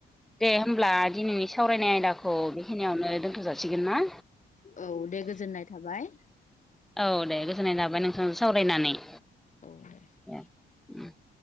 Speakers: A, in the centre; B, on the left.
A: दे होमब्ला दिनैनि सावरायनाय आयदाखौ बेखिनियावनो दोनथ' जासिगोन ना?
B: औ दे गोजोननाय थाबाय।
A: औ दे गोजोननाय थाबाय नोंथांजों सावरायनानै
B: <inaudible>
A: <inaudible>